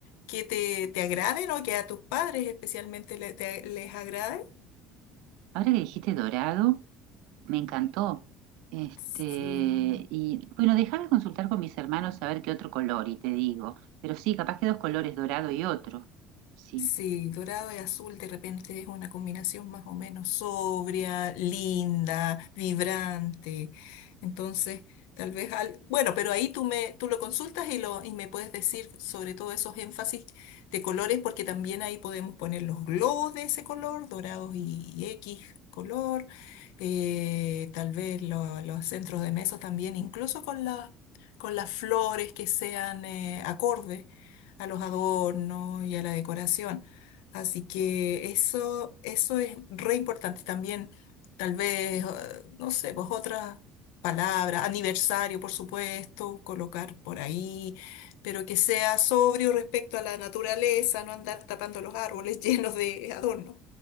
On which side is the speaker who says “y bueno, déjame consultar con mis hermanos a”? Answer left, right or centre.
Right